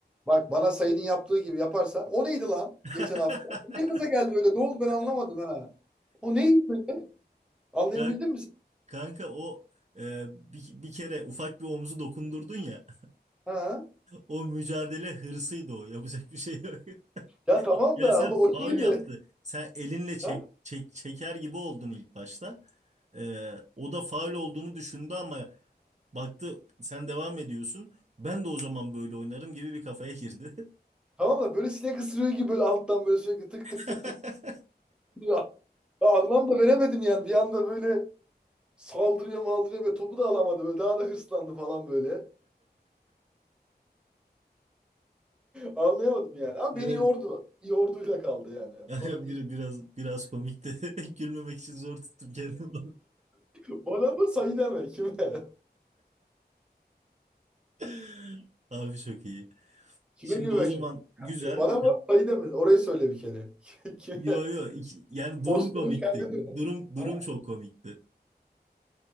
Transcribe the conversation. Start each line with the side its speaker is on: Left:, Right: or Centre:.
Centre: bak bana Said'in yaptığı gibi yaparsan. O neydi lan
Right: <laughs>
Centre: geçen hafta? Ne gaza geldi öyle? Ne oldu ben anlamadım ha. O neydi böyle? Anlayabildin
Right: Ka-
Centre: mi sen?
Right: Kanka o e, bir, bir kere ufak bir omuzu dokundurdun ya. <laughs>
Centre: Ha?
Right: O mücadele hırsıydı o. Yapacak bir şey yok. <laughs>
Centre: Ya tamam
Right: Ya
Centre: da
Right: sen
Centre: <laughs> o o
Right: faul
Centre: neydi?
Right: yaptı. Sen elinle çek,
Centre: Ha?
Right: çek, çeker gibi oldun ilk başta. E, o da faul olduğunu düşündü ama baktı sen devam ediyorsun. Ben de o zaman böyle oynarım gibi bir kafaya girdi.
Centre: Tamam da böyle sinek ısırıyor gibi böyle alttan böyle sürekli tık tık
Right: <laughs>
Centre: tık tık. Ya, ya anlam da veremedim yani. Bir anda böyle saldırıyor maldırıyor ve topu da alamadı. Böyle daha da hırslandı falan böyle. <laughs> Anlayamadım yani. Ama
Right: Evet.
Centre: beni yordu. Yorduyla kaldı yani. O
Right: Yani
Centre: konuda diyeceğim.
Right: biri biraz biraz komikti. <laughs> Gülmemek için zor tuttum kendimi.
Centre: <laughs> Bana mı Said'e mi? Kime? <laughs>
Right: <laughs> Abi çok iyi.
Centre: Kime
Right: Şimdi
Centre: güvenmek
Right: o zaman
Centre: şimdi?
Right: güzel.
Centre: Bana bak ayı demedi. Orayı söyle bir kere. <laughs> Kime?
Right: Yo yo iki- yani durum
Centre: Osman'ın
Right: komikti.
Centre: kendini.
Right: Durum
Centre: Ha,
Right: durum çok komikti.